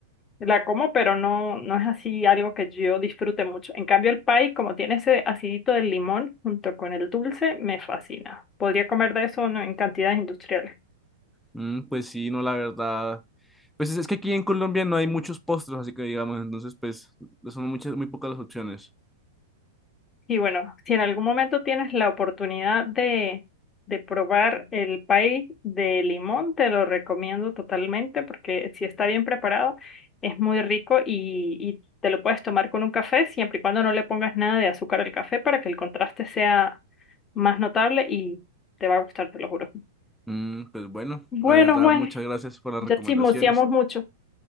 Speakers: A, on the left; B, in the centre.
A: La como, pero no, no es así algo que yo disfrute mucho. En cambio, el pay, como tiene ese acidito del limón junto con el dulce, me fascina. Podría comer de eso, ¿no? en cantidades industriales.
B: Mm, pues sí, no, la verdad. Pues es, es que aquí en Colombia no hay muchos postres, así que digamos, entonces pues son muchas, muy pocas las opciones.
A: Y bueno, si en algún momento tienes la oportunidad de, de probar el pay de limón, te lo recomiendo totalmente porque si está bien preparado, es muy rico y, y te lo puedes tomar con un café, siempre y cuando no le pongas nada de azúcar al café para que el contraste sea más notable y te va a gustar, te lo juro.
B: Mm, pues bueno,
A: Bueno,
B: la verdad,
A: Juan,
B: muchas gracias por las
A: ya
B: recomendaciones.
A: chismoseamos mucho.